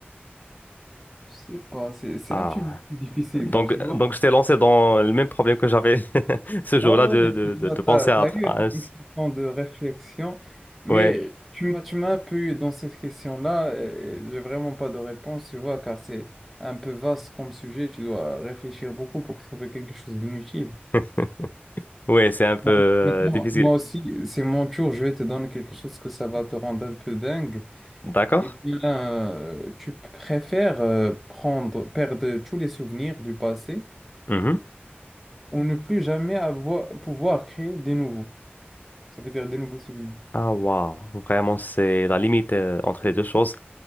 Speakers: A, in the centre; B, on the left.
A: c'est pas, c'est c'est
B: Ah.
A: un petit peu difficile
B: Donc,
A: car tu
B: euh,
A: vois,
B: donc je t'ai lancé dans le même problème que j'avais <laughs> ce jour-là
A: ouais, ouais,
B: de,
A: ouais, mais
B: de,
A: tu
B: de,
A: vois,
B: de penser
A: t'as,
B: à...
A: t'as
B: tra-
A: eu
B: à
A: un,
B: un s-
A: un petit temps de réflexion, mais
B: Ouais.
A: tu m'as, tu m'as un peu eu dans cette question-là, et j'ai vraiment pas de réponse, tu vois, car c'est un peu vaste comme sujet, tu dois réfléchir beaucoup pour trouver quelque chose d'inutile.
B: <laughs> Ouais, c'est un peu
A: Bon,
B: euh,
A: Maintenant,
B: difficile.
A: moi aussi, c'est mon tour, je vais te donner quelque chose que ça va te rendre un peu dingue.
B: D'accord?
A: Eh bien, euh, tu préfères euh, prendre, perdre tous les souvenirs du passé
B: Mhm.
A: ou ne plus jamais avoir, pouvoir créer des nouveaux. Ça veut dire des nouveaux souvenirs.
B: Ah, waouh. Vraiment, c'est la limite euh, entre les deux choses.